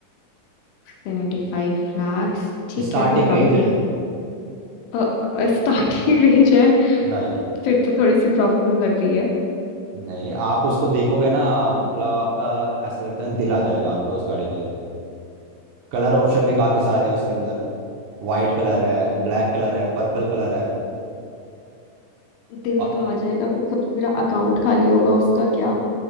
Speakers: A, on the left (about 75°); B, on the right (about 75°).
A: सेवेंटी फाइव लाख्स ठीक
B: स्टार्टिंग
A: है कोई
B: रेंज
A: प्रॉब्लम
B: है
A: नहीं स्टार्टिंग रेंज <laughs> है
B: राइट
A: फिर तो थोड़ी सी प्रॉब्लम लग रही है
B: नहीं आप उसको देखोगे ना मतलब आपका ऐसा लगता है दिल आ जाएगा आपको उस गाड़ी पे कलर ऑप्शन भी काफ़ी सारे हैं उसके अंदर वाइट कलर है ब्लैक कलर है पर्पल कलर है
A: दिल
B: और
A: तो आ जाएगा पर सोचो मेरा अकाउंट खाली होगा उसका क्या